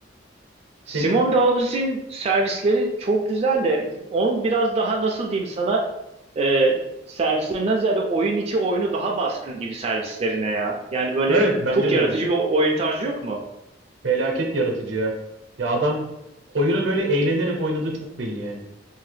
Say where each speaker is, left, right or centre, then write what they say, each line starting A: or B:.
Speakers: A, on the right (about 85°); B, on the right (about 35°).
A: Senin?
B: Simone Dawes'in servisleri çok güzel de onun biraz daha nasıl diyeyim sana e, servislerinden ziyade oyun içi oyunu daha baskın gibi servislerine ya. Yani böyle
A: Evet bence
B: çok
A: de
B: yaratıcı
A: öyle.
B: bir oyun tarzı yok mu?
A: Felaket yaratıcı ya. Ya adam oyunu böyle eğlenerek oynadığı çok belli yani.